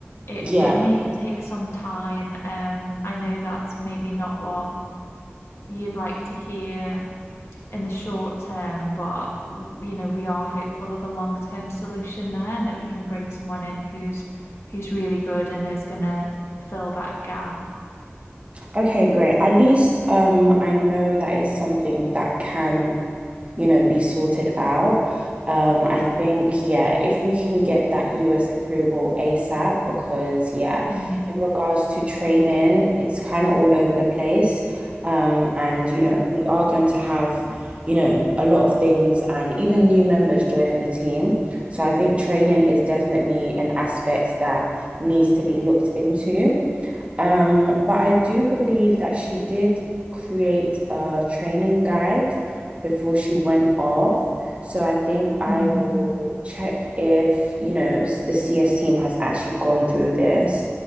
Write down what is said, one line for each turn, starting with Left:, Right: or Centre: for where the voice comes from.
Left: It
Right: yeah.
Left: it may take some time. Um, I know that's maybe not what you'd like to hear in the short term, but you know, we are hopeful of a long-term solution there and that we can bring someone in who's who's really good and is gonna fill that gap.
Right: Okay, great. At least um I know that it's something that can you know, be sorted out. Um,
Left: hmm
Right: I think, yeah, if we can get that US approval ASAP, because, yeah,
Left: Mm,
Right: in regards to training, it's kind of all over the place. Um, and,
Left: Yeah.
Right: you know, we are going to have, you know, a lot of things and even new members joining the team. So I think training is definitely an aspect that needs to be looked into. Um, but I do believe that she did create a training guide before she went off. So I think I
Left: mhm.
Right: will check if, you know, the CS team has actually gone through this.